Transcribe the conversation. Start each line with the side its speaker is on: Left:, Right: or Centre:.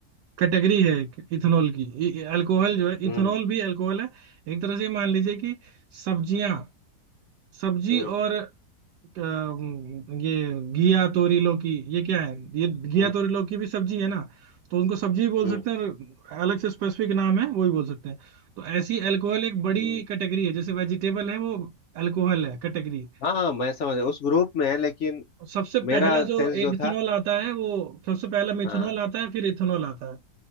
Right: कैटेगरी है इथेनॉल की इ- अल्कोहल जो है
Left: हम्म
Right: इथेनॉल भी अल्कोहल है एक तरह से मान लीजिए कि सब्जियां सब्जी
Left: हम्म
Right: और अम, ये घिया तोरी लौकी ये क्या है ये घिया
Left: हम्म
Right: तोरी लौकी भी सब्जी है ना तो उनको सब्जी भी बोल
Left: हम्म
Right: सकते हैं और अलग से स्पेसिफिक नाम है वो भी बोल सकते हैं तो ऐसी अल्कोहल एक बड़ी
Left: हम्म।
Right: कैटेगरी है जैसे वेजिटेबल है वो अल्कोहल है कैटेगरी
Left: हाँ हाँ मैं समझ उस ग्रुप में है लेकिन
Right: सबसे
Left: मेरा
Right: पहला
Left: सेंस
Right: जो
Left: जो
Right: एक इथेनॉल
Left: था
Right: आता है वो सबसे पहला मिथेनॉल
Left: हाँ
Right: आता है फिर इथेनॉल आता है